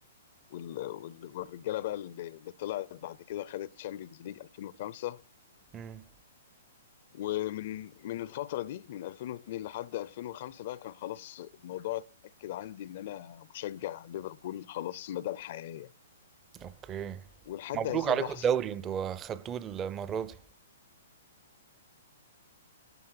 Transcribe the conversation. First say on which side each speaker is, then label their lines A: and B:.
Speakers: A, on the left; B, on the right.
A: وال... وال... والرجاله بقى اللي اللي طلعت بعد كده خدت تشامبيونز ليج 2005
B: مم.
A: ومن من الفترة دي من 2002 لحد 2005 بقى كان خلاص الموضوع اتأكد عندي إن أنا مشجع ليفربول خلاص مدى الحياة يعني.
B: اوكي
A: ولحد
B: مبروك
A: هذه
B: عليكم
A: اللحظة
B: الدوري انتوا خدتوه المرة دي